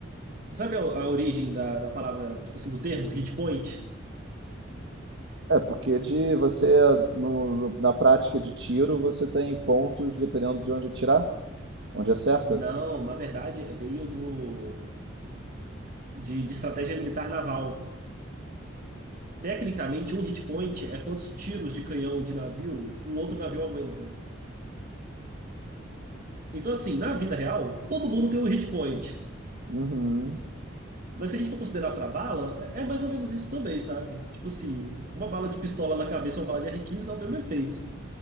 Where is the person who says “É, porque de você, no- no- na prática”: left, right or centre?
Right